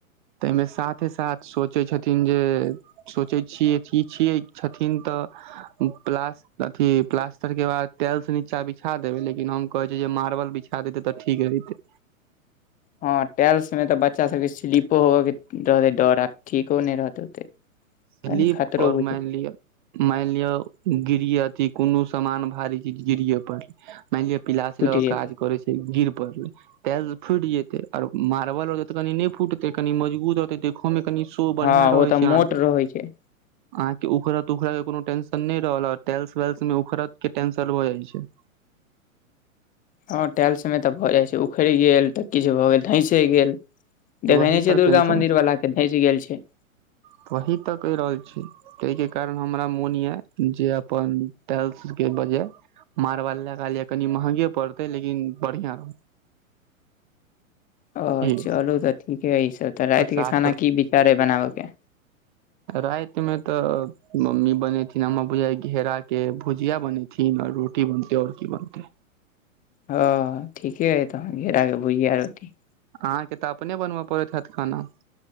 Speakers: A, on the right; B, on the left.
A: तैयमे साथे -साथ सोचेै छथिन जे सोचै छियै छी- छियै छथिन तऽ प्लास। अथी प्लास्तर के बाद टेल्स से नीचा बिछा देबै लेकिन हम कहै छै, जे मारबल बिछा देते तऽ ठीक रहितै।
B: हँ टेल्स में तऽ बच्चा सबके स्लिपो होबऽ के डरे-डर आ ठीको नै रहत ओते।
A: स्लिप
B: कनि खतरो
A: और
B: बुझ
A: माइन लिअ। माइन लिअ गिरि अथी कोनो समान भारी गिरिये पड़लै मानि लिअ। पिलासे
B: फुटि
A: लऽ के
B: जेतै
A: काज करे छै गिर पड़लेै। टेल्स फुइट जेतै ओर मारबल रहतै तऽ कनि नै फूटतै कनी मजबूत रहतै तऽ। खो मे कनि शो बढ़िया
B: हँ
A: रहै
B: ओ तऽ
A: छै
B: मोट
A: आहाँ के।
B: रहै छै
A: आहाँ के उखड़त-उखड़त के कोनो टेंशन नै रहल टेल्स-वेल्स मे उखड़ऽ के टेंशन भऽ जाय छै।
B: हँ टाइल्स सब मे तऽ भऽ जाय छै उखैड़ गेल तऽ किछ भऽ गेल धैसे गेल। देखेैने
A: वही
B: छियै
A: तऽ
B: दुर्गा
A: टेंशन
B: मन्दिर बलाके धइस गेल छै।
A: <unintelligible> तऽ कैह रहल छी। तैयके कारण हमरा मोन या जे अपन टाल्सके बजाय। मार्बल लगाए लिअ कनि महंगे पड़तै लेकिन बढ़िआँ रहत।
B: ओह
A: की
B: चलू तऽ ठीके है ई सब तऽ रैतिके
A: साथ
B: खाना की विचार हय बनाबऽ के।
A: राइत मे तऽ मम्मी बनेथिन हमा बुझाय घेरा के भुजिया बने। थीन रोटी बनतै और की बनतेै।
B: ओ ठीके अइ तहन घेरा के भुझया रोटी।
A: आहाँके तऽ अपने बनबैऽ पड़ैत हेएत खाना।